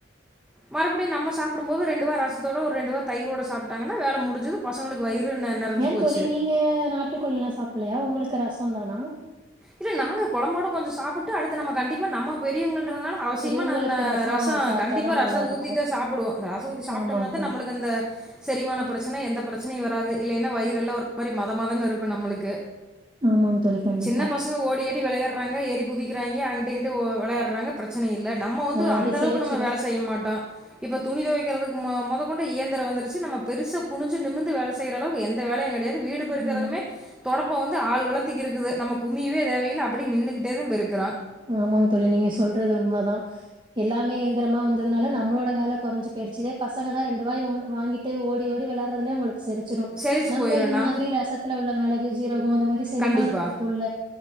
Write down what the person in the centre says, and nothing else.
மறுபடியு நம்ம சாப்பிடும்போது ரெண்டு வா ரசத் தோட ஒரு ரெண்டு வா தயிரோடு சாப்பிட்டாங்க வேல முடிஞ்சது பசங்களுக்கு வயிறு நெ நெறஞ்சு
போச்சு.
இல்ல நாங்க கொழம்போட கொஞ்சோ சாப்புட்டு அடுத்து நம்ம கண்டிப்பா நம்ம பெரியவங்க இருக்குறதுநாள அவசியமா
நான் ரசோ
கண்டிப்பா
ரசோ
ஊத்திதா சாப்பிடுவோ ரசோ ஊத்தி சாப்டோதா
நம்மளுக்கு அந்த சேரிமான பிரச்சன எந்த பிரச்சன பிரச்சனை வராது இல்லைன்னா வயிறு எல்லாம் ஒரு மாதிரி மத மதன்னு இருக்கு நம்மளுக்கு
சின்ன பசங்க ஓடியாடி விளயாட் ரங்கா எரி குதிக்கிறாங்க அங்கிட்டு இங்கிட்டு விளையாற றாங்க பிரச்சனையி ல்ல நம்ம வந்து
அந்த அளவுக்கு
நம்ம வேலை செய்ய மாட்டோம் இப்ப துணி துவைக்கிறதுக்கு மொத கொண்டு இயந்திர வந்துருச்சு நம்ம பெருசு குனிஞ்சு நிமிந்து வேலை செய்யற அளவுக்கு எந்த வேலையும் கிடையாது வீடு பெறுக்கிறதுமே
தொடப்பம் வந்து ஆள் வளத் திக் இருக்குது நமக்கு குமியவே தேவையில்ல அப்படியே நின்னுகிட்டே தான் பெருக்குரோ
செரிச்சு
போயிரும்
நாம்
கண்டிப்பா.